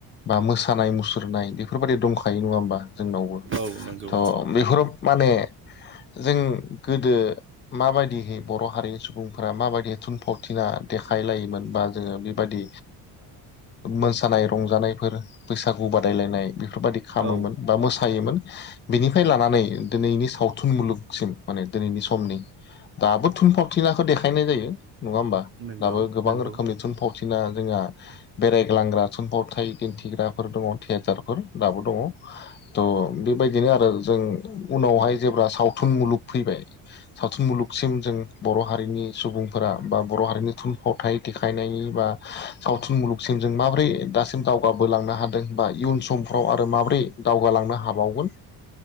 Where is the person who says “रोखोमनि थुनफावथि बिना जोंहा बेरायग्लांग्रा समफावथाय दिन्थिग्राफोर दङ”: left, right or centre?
Left